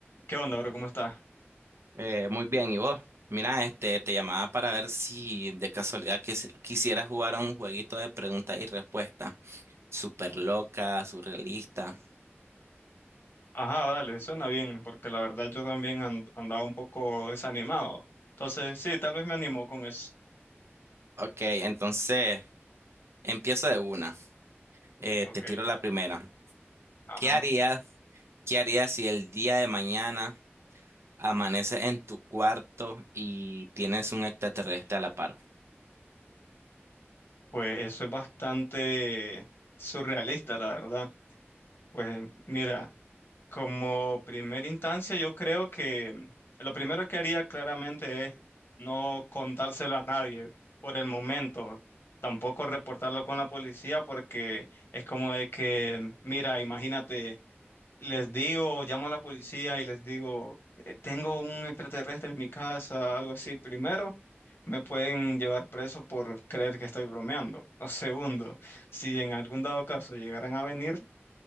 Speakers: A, on the left (about 60°); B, on the right (about 75°).
A: ¿Qué onda, bro? ¿Cómo estás?
B: Eh, muy bien, ¿y vos? Mira, este, te llamaba para ver si de casualidad quis- quisieras jugar a un jueguito de preguntas y respuestas. Súper loca, surrealista.
A: Ajá, dale, suena bien, porque la verdad yo también and- andaba un poco desanimado. Entonces, sí, tal vez me animó con eso.
B: Ok, entonces empiezo de una. Eh,
A: Ok,
B: te tiro la primera.
A: ajá.
B: ¿Qué harías, qué harías si el día de mañana amaneces en tu cuarto y tienes un extraterrestre a la par?
A: Pues eso es bastante surrealista, la verdad. Pues mira, como primera instancia, yo creo que lo primero que haría claramente es no contárselo a nadie por el momento. Tampoco reportarlo con la policía porque es como de que, mira, imagínate. les digo, llamo a la policía y les digo, "Eh, tengo un extraterrestre en mi casa, algo así, primero, me pueden llevar preso por creer que estoy bromeando. <laughs> O segundo, si en algún dado caso llegaran a venir,